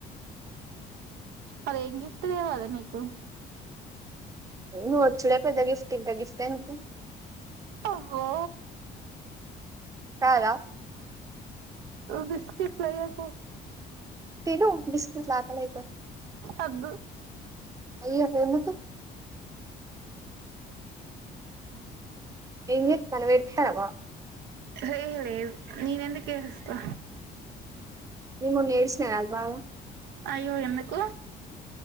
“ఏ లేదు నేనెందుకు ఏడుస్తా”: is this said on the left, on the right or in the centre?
Right